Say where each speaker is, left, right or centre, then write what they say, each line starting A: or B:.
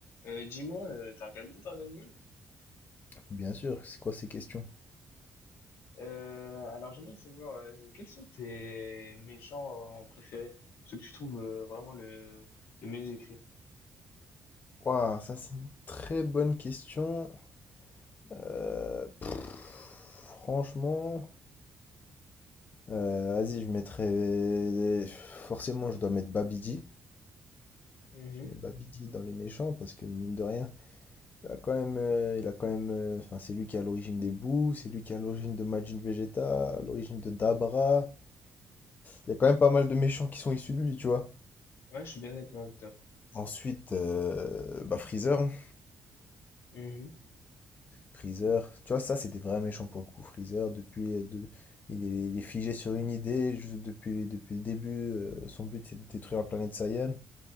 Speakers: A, on the left; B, on the left.
A: Euh, dis-moi, euh, t'as regardé Dragon Ball?
B: Bien sûr, c'est quoi ces questions?
A: Euh, alors j'aimerais savoir euh, quels sont tes méchants euh, préférés, ceux que tu trouves euh, vraiment le, le mieux écrit.
B: Waouh, ça c'est une très bonne question. Euh, pff, franchement, euh, vas-y, je mettrais. Forcément, je dois mettre Babidi.
A: Mhm.
B: Je mets Babidi dans les méchants parce que mine de rien, il a quand même, euh, il a quand même, euh, enfin, c'est lui qui est à l'origine des Boo, c'est lui qui est à l'origine de Majin Vegeta, à l'origine de Dabra. Il y a quand même pas mal de méchants qui sont issus de lui, tu vois.
A: Ouais, je suis bien d'accord avec toi.
B: Ensuite, euh, bah Freezer. hein.
A: Mhm.
B: Freezer, tu vois, ça c'était vraiment méchant pour le coup. Freezer, depuis, euh, de- il est, il est figé sur une idée juste depuis, depuis le début. euh, son but c'est de détruire la planète Saiyan